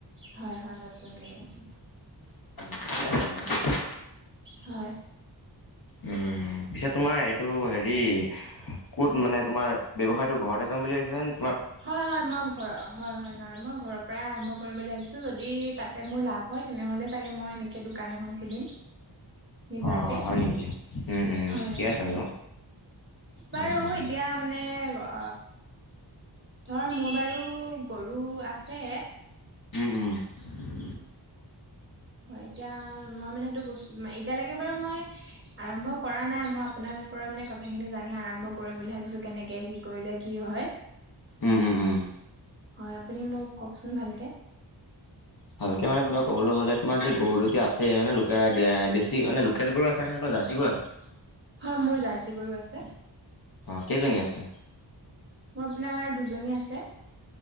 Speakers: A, on the right; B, on the left.
A: হয় হয় নতুন ল গ <inaudible>
B: স <unintelligible>
A: হয়।
B: উম পিছে তোমাৰ এইটো হেৰি ক'ত মানে তোমাৰ ব্যৱসায়টো ঘৰতে কৰিম বুলি ভাবিছানে?
A: হয় হয় মই ঘ হয় হয় নাই মই ঘৰত পৰাই আৰম্ভ কৰিম বুলি ভাবিছো, যদি তাতে মোৰ লাভ হয় তেনেহলে চাগে মই এনেকে দোকান এখন খুলিম। নিজাকে
B: অঁ অ হয় নেকি?
A: হয়
B: ঠিকে আছে বাৰু।
A: বাৰু
B: উম, উম,
A: এতিয়া মানে অ ধৰ মোৰ বাৰু গৰু আছে
B: উম উম <unintelligible>
A: এতিয়া মই মানে এইটো বস্ত এতিয়ালৈকে বাৰু মই আৰম্ভ কৰা নাই মই আপোনাৰ পৰা কথা খিনি জানি আৰম্ভ কৰিম বুলি ভাবিছো কেনেকে কি কৰিলে কি হয়।
B: উম উম উম।
A: হয় আপুনি মোক কওকচোন ভালকে।
B: ভালকে মানে তোমাক ক'বলৈ হ'লে, তোমাৰ যে গৰু দুতি আছে মানে লি মানে লোকেল গৰু আছে জাৰ্চি গৰু আছে?
A: হয় মোৰ জাৰ্চি গৰু আছে।
B: অঁ কেইজনী আছে?
A: মোৰ আপোনাৰ দুজনী আছে।